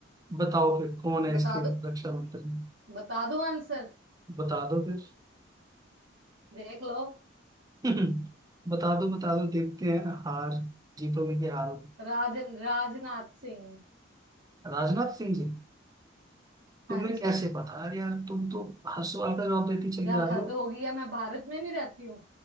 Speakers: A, on the right; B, on the right.
A: बताओ फिर कौन है
B: बता
A: इसके
B: दो
A: रक्षा मंत्री
B: बता दो आंसर
A: बता दो फिर
B: देख लो
A: <laughs> बता दो बता दो देखते हैं हार जीतोगे कि हारोगे
B: राज राजनाथ सिंह
A: राजनाथ सिंह जी
B: हाँ
A: तुम्हें
B: जी
A: कैसे पता अरे यार तुम तो हर सवाल का जवाब देती चली
B: यार
A: जा रही
B: हद
A: हो
B: हो गई है मैं भारत में नहीं रहती हूँ